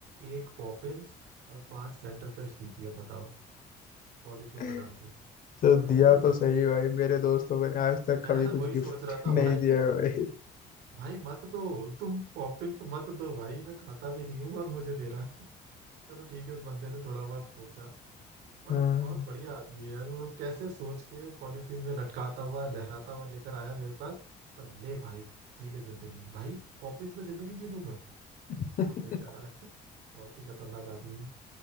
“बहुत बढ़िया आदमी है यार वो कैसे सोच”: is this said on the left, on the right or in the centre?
Right